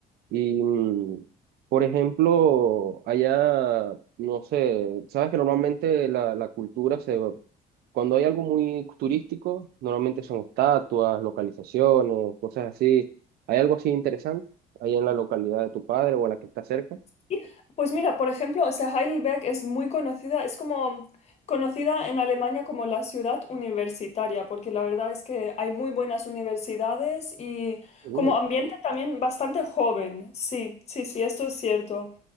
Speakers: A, on the right; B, on the left.
A: Y, mm, por ejemplo, allá, no sé, sabes que normalmente la, la cultura se... Cuando hay algo muy turístico, normalmente son estatuas, localizaciones, cosas así. ¿Hay algo así interesante ahí en la localidad de tu padre o a la que está cerca?
B: Sí, Pues mira, por ejemplo, o sea, Heidelberg es muy conocida, es como conocida en Alemania como la ciudad universitaria, porque la verdad es que hay muy buenas universidades y
A: Uh,
B: como ambiente también bastante joven. Sí, sí, sí, esto es cierto.